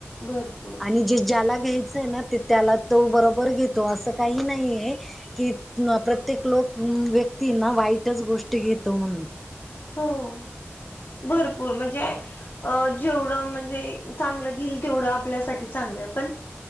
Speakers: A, on the left; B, in the centre.
A: भरपूर
B: आणि जे ज्याला घ्यायचंय ना त्याला तो बरोबर घेतो असं काही नाही आहे कि प्रत्येक लोक व्यक्ती ना वाईटच गोष्टी घेतो म्हणून
A: हो भरपूर म्हणजे अ जेवढं म्हणजे चांगलं घील तेवढं आपल्यासाठी चांगलं पण